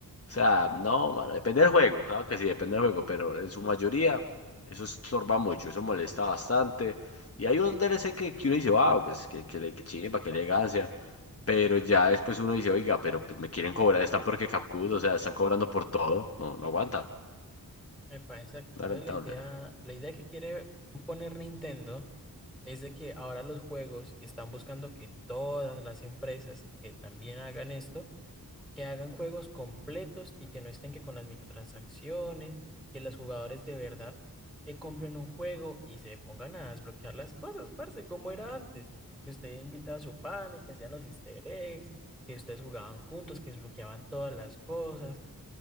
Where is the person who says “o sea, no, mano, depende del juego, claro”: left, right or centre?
Left